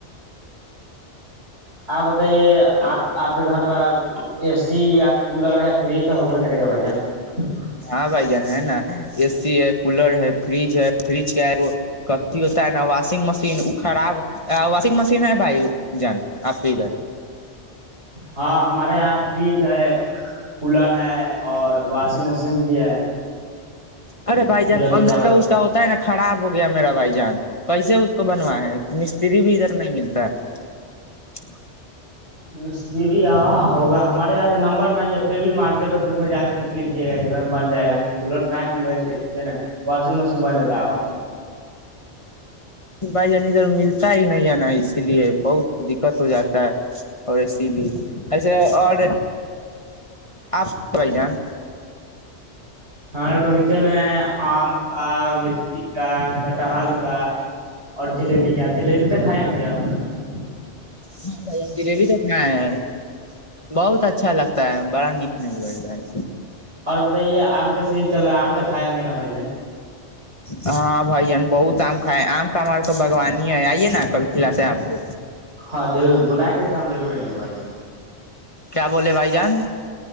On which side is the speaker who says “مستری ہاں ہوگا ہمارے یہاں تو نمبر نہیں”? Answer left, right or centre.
Right